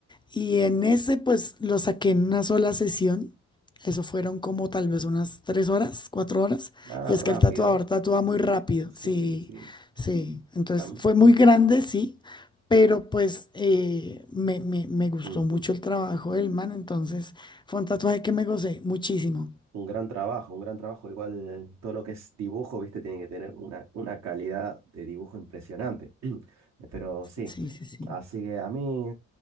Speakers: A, on the left; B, on the right.
A: Y
B: ujú.
A: en ese, pues lo saqué en una sola sesión. Eso fueron como tal vez unas tres horas, cuatro horas.
B: Ah,
A: Y es
B: rápido.
A: que el tatuador tatúa muy rápido,
B: Sí,
A: sí,
B: sí.
A: sí. Entonces
B: Am-
A: fue muy grande, sí, pero pues eh, me, me, me gustó
B: ujú.
A: mucho el trabajo del man. Entonces fue un tatuaje que me gocé muchísimo.
B: Un gran trabajo, un gran trabajo. Igual todo lo que es dibujo, viste, tiene que tener una, una calidad de dibujo impresionante. <clears throat> Pero sí,
A: Sí, sí, sí.
B: así que a mí.